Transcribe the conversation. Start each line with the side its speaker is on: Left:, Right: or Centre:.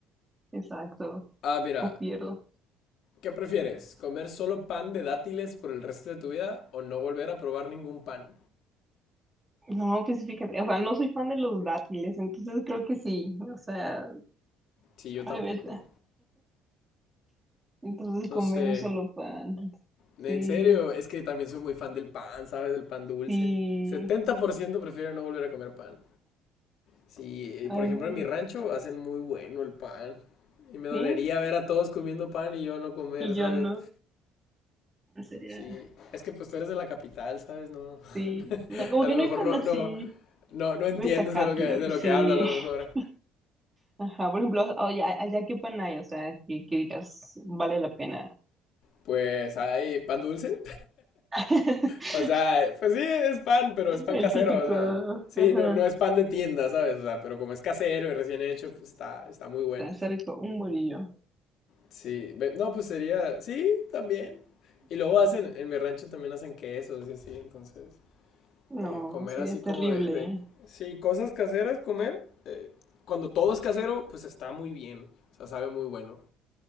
Right: Exacto,
Left: Ah, mira,
Right: o pierdo.
Left: ¿qué prefieres? ¿Comer solo pan de dátiles por el resto de tu vida o no volver a probar ningún pan?
Right: No, pues fíjate, o sea, no soy fan de los dátiles, entonces creo que sí, o sea,
Left: Sí, yo tampoco.
Right: a ver, <laughs> entonces
Left: No
Right: comer
Left: sé.
Right: un solo pan,
Left: En
Right: sí,
Left: serio, es que también soy muy fan del pan, ¿sabes? Del pan dulce.
Right: sí,
Left: setenta por ciento prefiero no volver a comer pan. Sí, eh,
Right: a
Left: por
Right: veces
Left: ejemplo, en mi rancho hacen muy bueno el pan. Y me dolería
Right: sí,
Left: ver a todos comiendo pan y yo no comer,
Right: y
Left: ¿sabes?
Right: yo no. Sería
Left: Sí, es que pues tú eres de la capital, ¿sabes? No,
Right: Sí,
Left: <laughs>
Right: no, como
Left: a lo
Right: que no
Left: mejor
Right: hay pan
Left: no,
Right: así
Left: no, no, no entiendes
Right: destacable,
Left: de lo que, de lo
Right: sí.
Left: que hablo a lo
Right: <laughs>
Left: mejor.
Right: Ajá, por ejemplo, oye, allá qué pan hay, o sea, que, que digas, vale la pena.
Left: Pues hay pan dulce,
Right: <laughs>
Left: O sea, pues sí, es pan, pero es pan
Right: El
Left: casero,
Right: típico,
Left: o sea, sí,
Right: ajá,
Left: no, no es pan de tienda, ¿sabes? O sea, pero como es casero y recién hecho, pues está, está muy bueno.
Right: está rico, un bolillo.
Left: Sí, ve- no, pues sería, sí, también. Y luego hacen, en mi rancho también hacen quesos y así, entonces,
Right: No,
Left: eh, comer
Right: sería
Left: así como
Right: terrible.
Left: de, de- sí, cosas caseras, comer, eh, cuando todo es casero, pues está muy bien, o sea, sabe muy bueno,